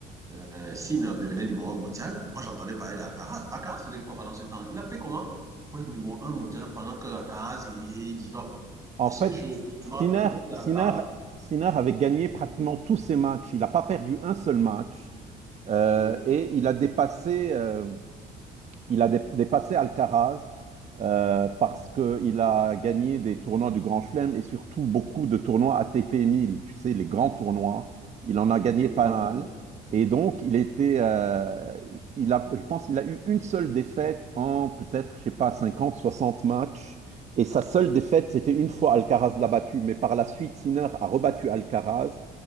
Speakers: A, on the right; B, on the right.
A: euh, Sinner devenait numéro un mondial, moi j'entendais parler d'Alcaraz. Alcaraz faisait quoi pendant ce temps? Il a fait comment pour être numéro un mondial pendant que Alcaraz est, est vivant?
B: En
A: Parce
B: fait,
A: que je, je
B: Sinner,
A: me rappelle aussi d'Alcaraz.
B: Sinner, Sinner avait gagné pratiquement tous ses matchs. Il n'a pas perdu un seul match. Euh,
A: Oui,
B: et il a dépassé, euh, il a dé- dépassé Alcaraz euh, parce qu'il a gagné des tournois du Grand Chelem et surtout beaucoup de tournois ATP 1000, tu sais, les grands tournois. Il en a gagné
A: oui, le
B: pas
A: grand
B: mal.
A: tournoi.
B: Et donc, il était, euh, il a, je pense qu'il a eu une seule défaite en peut-être, je sais pas, 50, 60 matchs. Et sa seule défaite, c'était une fois Alcaraz l'a battu. Mais par la suite, Sinner a rebattu Alcaraz